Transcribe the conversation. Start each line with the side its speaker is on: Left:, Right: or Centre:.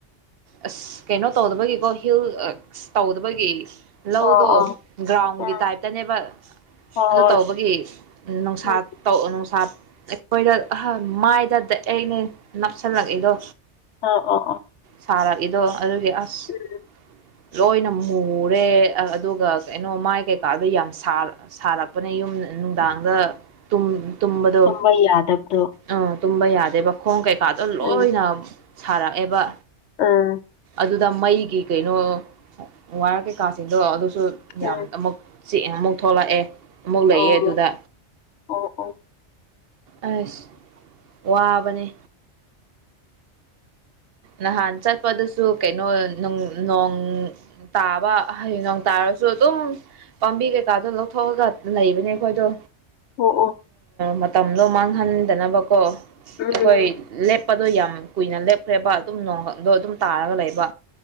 Right: ꯑꯁ ꯀꯩꯅꯣ ꯇꯧꯗꯕꯒꯤꯀꯣ ꯍꯤꯜ ꯇꯧꯗꯕꯒꯤ ꯂꯧꯗꯣ
Left: ꯑꯣ ꯑꯣ
Right: ꯒ꯭ꯔꯥꯎꯟꯒꯤ
Left: ꯎꯝ
Right: ꯇꯥꯏꯞꯇꯅꯦꯕ
Left: ꯍꯣꯏ
Right: ꯑꯗꯨ ꯇꯧꯕꯒꯤ
Left: ꯍꯣꯏ
Right: ꯅꯨꯡꯁꯥ
Left: ꯎꯝ
Right: ꯇꯧ ꯅꯨꯡꯁꯥ ꯑꯩꯈꯣꯏꯗ ꯑꯍ ꯃꯥꯏꯗ ꯗꯥꯏꯔ‌ꯦꯛꯅꯦ ꯅꯞꯁꯜꯂꯛꯏꯗꯣ
Left: ꯑꯣ ꯑꯣ ꯑꯣ
Right: ꯁꯥꯔꯛꯏꯗꯣ ꯑꯗꯨꯒꯤ ꯑꯁ
Left: ꯎꯝ
Right: ꯂꯣꯏꯅ ꯃꯨꯔꯦ ꯑꯗꯨꯒ ꯀꯩꯅꯣ ꯃꯥꯏ ꯀꯩꯀꯥꯗ ꯌꯥꯝ ꯁꯥꯔꯛꯄꯅꯦ ꯌꯨꯝ ꯅꯨꯡꯗꯥꯡꯗ ꯇꯨꯝꯕꯗꯣ
Left: ꯇꯨꯝꯕ ꯌꯥꯗꯕꯗꯣ
Right: ꯎꯝ ꯇꯨꯝꯕ ꯌꯥꯗꯦꯕ ꯈꯣꯡ ꯀꯩꯀꯥꯗꯣ ꯂꯣꯏꯅ
Left: ꯑꯗꯨꯅ
Right: ꯁꯥꯔꯛꯑꯦꯕ
Left: ꯎꯝ
Right: ꯑꯗꯨꯗ ꯃꯩꯒꯤ ꯀꯩꯅꯣ ꯋꯥꯔ ꯀꯩꯀꯥꯁꯤꯡꯗꯣ ꯑꯗꯨꯁꯨ
Left: ꯎꯝ
Right: ꯌꯥꯝ ꯑꯃꯨꯛ ꯆꯦꯡ ꯑꯃꯨꯛ ꯊꯣꯛꯂꯛꯑꯦ ꯑꯃꯨꯛ
Left: ꯑꯣ
Right: ꯂꯩꯌꯦ ꯑꯗꯨꯗ
Left: ꯑꯣ ꯑꯣ
Right: ꯑꯁ ꯋꯥꯕꯅꯦ
Left: <inaudible>
Right: ꯅꯍꯥꯟ ꯆꯠꯄꯗꯁꯨ ꯀꯩꯅꯣ ꯅꯣꯡ ꯇꯥꯕ ꯍꯥꯏꯌꯦꯡ ꯅ‌ꯣꯡ ꯇꯥꯔꯁꯨ ꯁꯨ ꯑꯗꯨꯝ ꯄꯥꯝꯕꯤ ꯀꯩꯀꯥꯗꯣ ꯂꯧꯊꯣꯛꯑꯒ ꯂꯩꯕꯅꯦ ꯑꯩꯈꯣꯏꯗꯣ
Left: ꯑꯣ ꯑꯣ
Right: ꯃꯇꯝꯗꯣ ꯃꯥꯡꯍꯟꯗꯅꯕꯀꯣ
Left: ꯎꯝ
Right: ꯑꯩꯈꯣꯏ ꯂꯦꯞꯄꯗꯣ ꯌꯥꯝ ꯀꯨꯏꯅ ꯂꯦꯞꯈ꯭ꯔꯦꯕ ꯑꯗꯨꯝ ꯅꯣꯡꯈꯛꯗꯣ ꯑꯗꯨꯝ ꯇꯥꯔꯒ ꯂꯩꯕ